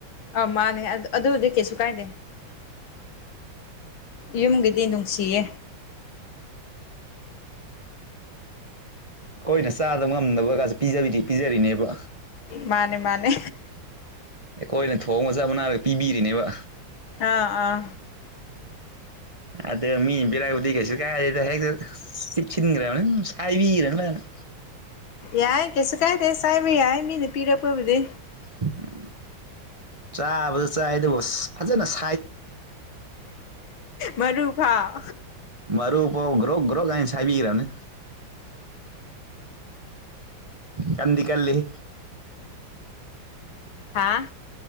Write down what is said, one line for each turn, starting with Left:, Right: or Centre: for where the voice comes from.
Left: ꯑ ꯃꯥꯅꯦ ꯑꯗꯨꯗꯤ ꯀꯩꯁꯨ ꯀꯥꯏꯗꯦ ꯌꯨꯝꯒꯤꯗꯤ ꯅꯨꯡꯁꯤꯌꯦ
Right: ꯈꯣꯏꯅ ꯆꯥꯗꯕ ꯉꯝꯗꯕꯒꯖꯨ ꯄꯤꯖꯕꯤꯗꯤ ꯄꯤꯖꯔꯤꯅꯦꯕ
Left: ꯃꯥꯅꯦ ꯃꯥꯅꯦ
Right: ꯑꯩꯈꯣꯏꯅ ꯊꯣꯡꯒ <unintelligible> ꯄꯤꯕꯤꯔꯤꯅꯦꯕ
Left: ꯑꯥ ꯑꯥ
Right: ꯑꯗ ꯃꯤꯟ ꯕꯤꯔꯛꯄꯗꯤ ꯀꯩꯁꯨ ꯀꯥꯏꯗꯦꯗ ꯍꯦꯛꯇ ꯄꯤꯠꯁꯤꯟꯒ꯭ꯔꯝꯃꯤ ꯁꯥꯏꯕꯤꯒ꯭ꯔꯝꯅꯤ ꯐꯖꯟꯅꯥ
Left: ꯌꯥꯏ ꯀꯩꯁꯨ ꯀꯥꯏꯗꯦ ꯆꯥꯏꯕ ꯌꯥꯏ ꯃꯤꯅ ꯄꯤꯔꯛꯄꯕꯨꯗꯤ
Right: ꯎꯝ ꯆꯥꯕꯗꯨ ꯆꯥꯏ ꯗꯨꯕꯨ ꯑꯁ ꯐꯖꯟꯅ ꯁ
Left: ꯃꯔꯨ ꯐꯥꯎ
Right: ꯃꯔꯨ ꯐꯥꯎ ꯒ꯭ꯔꯣꯛ ꯒ꯭ꯔꯣꯛ ꯍꯥꯏꯅ ꯁꯥꯏꯕꯤꯒ꯭ꯔꯝꯃꯦ ꯀꯟꯗꯤ ꯀꯜꯂꯤꯍꯦ
Left: ꯍꯥꯥ